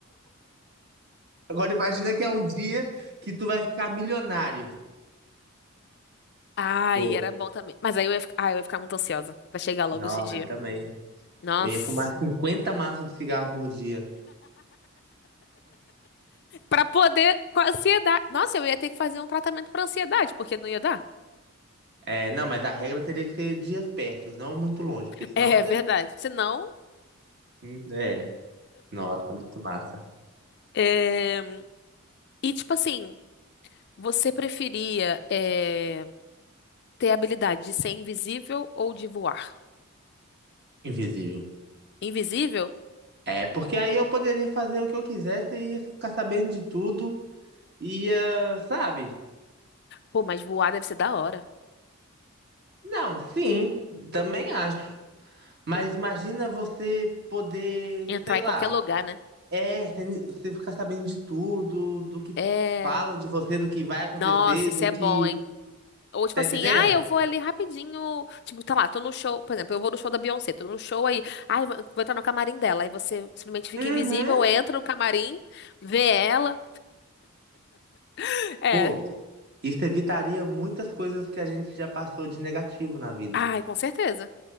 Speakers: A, on the right (about 50°); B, on the left (about 50°).
A: Agora imagina que é um dia que tu vai ficar milionário.
B: Ai,
A: Pô,
B: era bom também. Mas aí eu ia, fi- ai, eu ia ficar muito ansiosa pra chegar logo
A: não,
B: esse dia.
A: eu também.
B: Nossa.
A: Eu ia fumar 50 massas de cigarro por dia.
B: Pra poder. Com a ansiedade. Nossa, eu ia ter que fazer um tratamento pra ansiedade, porque não ia dar.
A: É, não, mas a regra teria que ser dias perto, não muito longe,
B: <laughs>
A: porque senão
B: É
A: você.
B: verdade. Senão.
A: Hum, É, nossa, muito massa.
B: é, E tipo assim, você preferia é, ter a habilidade de ser invisível ou de voar?
A: Invisível.
B: Invisível?
A: É, porque aí eu poderia fazer o que eu quisesse e ia ficar sabendo de tudo, ia, sabe?
B: Pô, mas voar deve ser da hora.
A: Não, sim, também acho. Mas imagina você poder,
B: Entrar
A: sei
B: em
A: lá,
B: qualquer lugar, né?
A: É, você você fica sabendo de tudo, do que
B: É.
A: falam de você, do que vai acontecer,
B: Nossa, isso
A: do
B: é
A: que.
B: bom, hein? Ou tipo
A: Tá
B: assim,
A: entendendo?
B: ah, eu vou ali rapidinho. Tipo, tá lá, tô no show. Por exemplo, eu vou no show da Beyoncé, tô no show aí. Ah, eu vou vou entrar no camarim dela. Aí você simplesmente fica
A: Uhum.
B: invisível, entra no camarim, vê ela. <laughs> É.
A: Pô, isso evitaria muitas coisas que a gente já passou de negativo na vida.
B: Ai, com certeza.